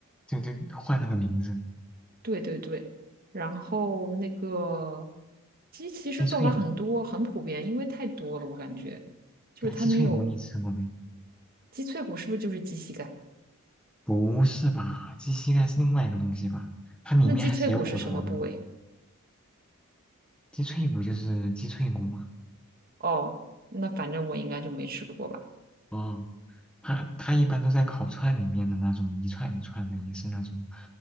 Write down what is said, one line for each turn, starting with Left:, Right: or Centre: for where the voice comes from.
Centre: 就就换了个名字，
Right: 对对对，然后那个鸡其实做法很多，
Centre: 鸡脆骨。
Right: 很普遍，因为太多了，我感觉就是它能有
Centre: 对啊鸡脆骨你吃过没？
Right: 鸡脆骨，是不是就是鸡膝盖？
Centre: 不是吧？鸡膝盖是另外一个东西吧？它里面还是有骨头的。
Right: 那鸡脆骨是什么部位？
Centre: 鸡脆骨就是鸡脆骨嘛。
Right: 哦，那反正我应该就没吃过吧。
Centre: 哦，它它一般都在烤串里面的那种一串一串的，也是那种，